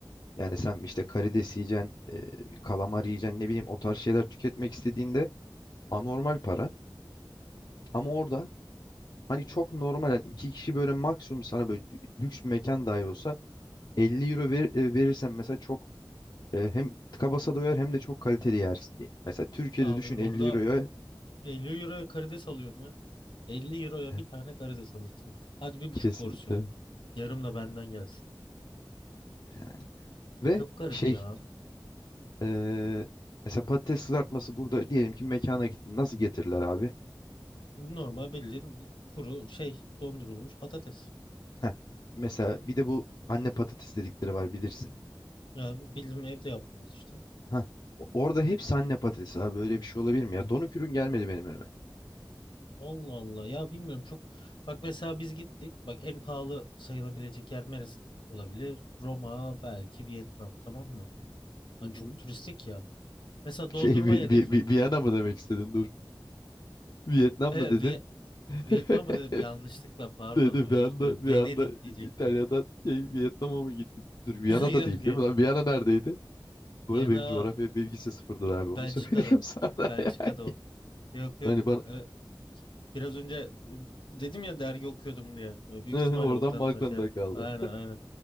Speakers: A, on the left; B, on the left.
A: Yani sen işte karides yiyeceksin, e, kalamar yiyeceksin ne bileyim o tarz şeyler tüketmek istediğinde anormal para. Ama orada Hani çok normal yani iki kişi böyle maksimum sana böyle lüks bir mekan dahi olsa 50 euro ver, e, verirsen mesela çok e, hem tıka basa doyar hem de çok kaliteli yersin diyeyim. Mesela Türkiye'de
B: Abi
A: düşün
B: burada
A: 50 euroya
B: 50 euroya karides alıyorsun ya. 50 euroya
A: e,
B: bir tane karides alırsın. Hadi bir buçuk
A: kesinlikle
B: porsiyon. Yarım da benden gelsin.
A: yani. Ve
B: Çok garip
A: şey
B: ya.
A: e, mesela patates kızartması burada diyelim ki mekana gittin nasıl getirirler abi?
B: Normal bildiğin kuru şey dondurulmuş patates.
A: Heh, mesela bir de bu anne patates dedikleri var bilirsin.
B: Yani bildiğim evde yaptığımız işte.
A: Heh, o- orada hepsi anne patatesi abi böyle bir şey olabilir mi ya? Donuk ürün gelmedi benim önüme.
B: Allah Allah ya bilmiyorum çok. Bak mesela biz gittik. Bak en pahalı sayılabilecek yer neresi olabilir? Roma belki Vietnam tamam mı? Hani
A: Hı hı.
B: çok turistik ya. Mesela dondurma
A: Şey bir,
B: yedik.
A: bir, bir, bir mı demek istedin? Vietnam
B: E,
A: mı dedin?
B: Vi-
A: <laughs>
B: Vietnam mı dedim yanlışlıkla pardon
A: Dedi
B: özür
A: bir anda
B: dilerim.
A: bir
B: Venedik
A: anda
B: diyecektim.
A: İtalya'dan şey Vietnam'a mı gittik? Dur Viyana
B: <laughs>
A: da
B: Yok
A: değil
B: yok.
A: değil mi lan? Viyana neredeydi? Bu
B: Viyana
A: arada benim coğrafya bilgisi sıfırdır abi
B: Belçika'da.
A: onu söyleyeyim <laughs> sana.
B: Belçika'da
A: ya.
B: o. Yok yok.
A: Hani bana
B: E, biraz önce e, dedim ya dergi okuyordum diye. E, Büyük
A: <laughs>
B: ihtimalle
A: oradan
B: oradan
A: mı aklında
B: şey.
A: kaldı?
B: Aynen aynen.